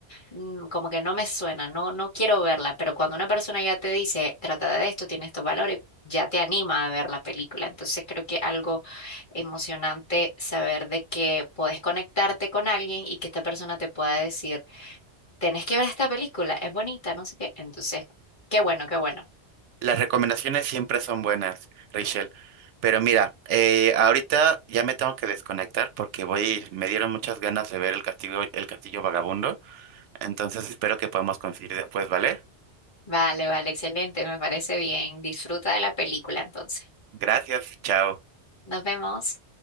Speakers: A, on the left (about 45°); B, on the right (about 80°).
A: mm, como que no me suena, no, no quiero verla, pero cuando una persona ya te dice, trata de esto, tiene estos valores, ya te anima a ver la película. Entonces creo que algo emocionante saber de que puedes conectarte con alguien y que esta persona te pueda decir, tenés que ver esta película, es bonita, no sé qué. Entonces, qué bueno, qué bueno.
B: Las recomendaciones siempre son buenas, Rachel. Pero mira, eh, ahorita ya me tengo que desconectar porque voy, me dieron muchas ganas de ver el castillo, el castillo vagabundo. Entonces espero que podamos coincidir después, ¿vale?
A: Vale, vale, excelente, me parece bien. Disfruta de la película entonces.
B: Gracias, chao.
A: Nos vemos.